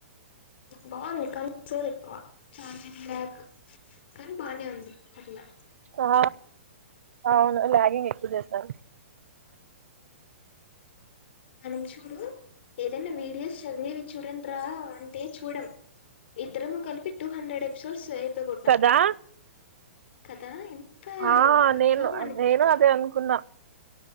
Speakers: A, on the left; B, on the right.
A: బావుంది కానీ సోది ఎక్కువ చాలా లేగ్ కాని బానే ఉంది పర్లే
B: ఆ అవును ల్యాగింగ్ ఎక్కువ చేస్తారు
A: మనం చూడు ఏదైనా వీడియోస్ చదివేవి చూడండి రా అంటే చూడం ఇద్దరము కలిపి టూ హండ్రెడ్ ఎపిసోడ్స్ అయిపోగొట్ట్నాం
B: కదా
A: కదా ఎంత
B: ఆ
A: ఇదో
B: నేను
A: మనిద్దరికి
B: నేను అదే అనుకున్నా